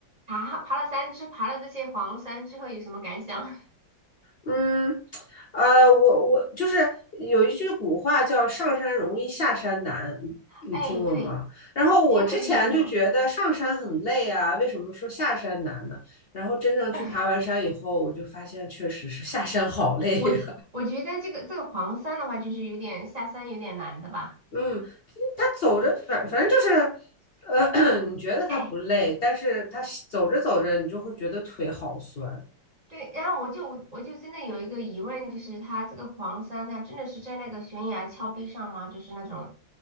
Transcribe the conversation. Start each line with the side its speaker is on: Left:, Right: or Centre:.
Right: 啊，爬爬了山之爬了这些黄山之后有什么感想？
Left: 嗯，呃，我我就是有一句古话叫“上山容易下山难”，你你听过吗？
Right: <laughs> 哎，对，
Left: 然后我之前就觉得上山很累啊，
Right: 听过听过听过。
Left: 为什么说下山难呢？然后真正去爬完山以后，
Right: <laughs>
Left: 我就发现确实是下山好累呀、
Right: 我我觉得这个这个黄山的话，就是有点下山有点难的吧。
Left: 嗯，他走着反反正就是，呃，<coughs> <clears throat> 你觉得他不累，
Right: 哎，
Left: 但是他走着走着，你就会觉得腿好酸。
Right: 对，然后我就我就真的有一个疑问，就是它这个黄山，它真的是在那个悬崖峭壁上吗？就是那种，